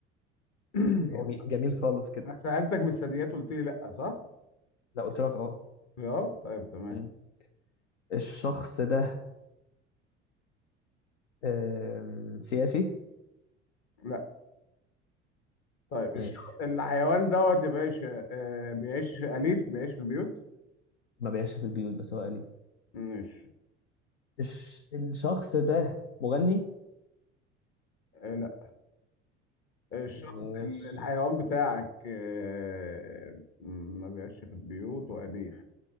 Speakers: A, on the left; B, on the left.
A: <clears throat>
B: جميل
A: هو
B: جميل خالص كده
A: انا سألتك من الثدييات قلت لي لا صح؟
B: لا قلت لك اه
A: اه طيب تمام
B: مم. الشخص ده آم، سياسي
A: لا طيب الش-
B: ماشي
A: الحيوان دوت يا باشا آه، بيعيش أليف بيعيش في البيوت؟
B: ما بيعيش في البيوت بس هو أليف
A: مش
B: الش... الشخص ده مغني
A: آه، لا الشخص
B: ماشي
A: الحيوان بتاعك آه، ما بيعيش في البيوت وأليف